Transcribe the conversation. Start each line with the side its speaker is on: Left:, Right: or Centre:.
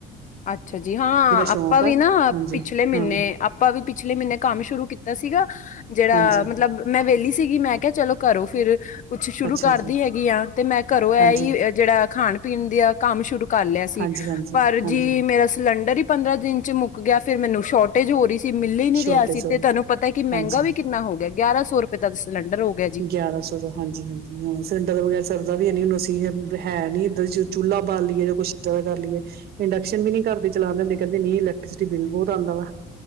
Left: ਅੱਛਾ ਜੀ, ਹਾਂ।
Right: ਸ਼ੌਕ
Left: ਆਪਾ ਵੀ
Right: ਆ
Left: ਨਾ
Right: ਹਾਂਜੀ
Left: ਪਿਛਲੇ ਮਹੀਨੇ,
Right: ਹਾਂ
Left: ਆਪਾ ਵੀ ਪਿਛਲੇ ਮਹੀਨੇ ਕੰਮ ਸ਼ੁਰੂ ਕੀਤਾ ਸੀਗਾ, ਜਿਹੜਾ
Right: ਹਾਂਜੀ
Left: ਮਤਲਬ ਮੈਂ ਵਿਹਲੀ ਸੀਗੀ, ਮੈਂ ਕਿਹਾ ਚਲੋ ਘਰੋ ਫਿਰ ਕੁਛ ਸ਼ੁਰੂ
Right: ਅੱਛਾ
Left: ਕਰਦੀ
Right: ਜੀ
Left: ਹੈਗੀ ਆਂ, ਤੇ ਮੈਂ ਘਰੋਂ ਐ
Right: ਹਾਂਜੀ
Left: ਹੀ ਜਿਹੜਾ ਖਾਣ-ਪੀਣ ਦਾ ਕੰਮ ਸ਼ੁਰੂ ਕਰਲਿਆ ਸੀ,
Right: ਹਾਂਜੀ-ਹਾਂਜੀ,
Left: ਪਰ
Right: ਹਾਂਜੀ
Left: ਜੀ
Right: ਹਾਂਜੀ।
Left: ਮੇਰਾ ਸਿਲੰਡਰ ਹੀ ਪੰਦਰਾਂ ਦਿਨ'ਚ ਮੁੱਕ ਗਿਆ, ਫਿਰ ਮੈਨੂੰ ਸ਼ੌਟੇਜ ਹੋ ਰਹੀ ਮਿੱਲੀ ਹੀ ਨੀ
Right: ਛੋਟੇ
Left: ਰਿਹਾ ਸੀ,
Right: ਸੋ
Left: ਤੇ ਤੁਹਾਨੂੰ ਪਤਾ ਕਿ
Right: ਹਾਂਜੀ
Left: ਮਹਿੰਗਾ ਵੀ ਕਿੰਨਾ ਹੋ ਗਿਆ, ਗਿਆਰਾਂ-ਸੌ ਰੁਪਏ ਤੱਕ ਸਿਲੰਡਰ ਹੋ ਗਿਆ ਜੀ
Right: ਗਿਆਰਾਂ-ਸੌ ਦਾ। ਹਾਂਜੀ-ਹਾਂਜੀ, ਹਾਂ ਸਿਲੰਡਰ ਤੋ ਬਗੈਰ ਸਰਦਾ ਵੀ ਹੈਨੀ, ਹੁਣ ਅਸੀਂ ਹੈ ਨੀ ਇੱਧਰ ਜੋ ਚੁੱਲਾ ਬਾਲ ਲੀਏ ਯਾ ਕੁਛ ਜਿਆਦਾ ਕਰ ਲੀਏ, ਇੰਡਕਸ਼ਨ ਵੀ ਨੀ ਘਰਦੇ ਚਲਾਣ ਦਿੰਦੇ, ਕਹਿੰਦੇ ਨਹੀਂ ਇਲੈਕਟ੍ਰੀਸਿਟੀ ਬਿੱਲ ਬਹੁਤ ਆਉਂਦਾ ਵਾ।